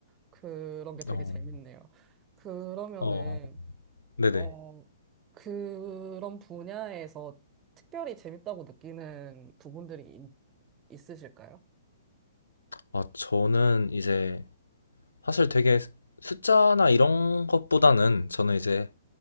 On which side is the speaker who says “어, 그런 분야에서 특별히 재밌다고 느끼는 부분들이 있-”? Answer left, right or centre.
Right